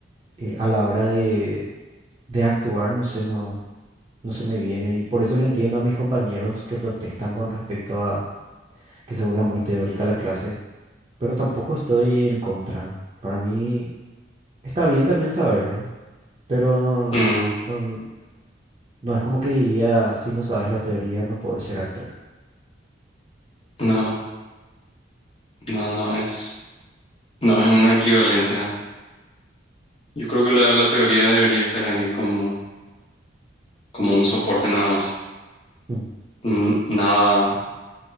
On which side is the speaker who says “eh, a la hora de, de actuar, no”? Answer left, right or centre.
Right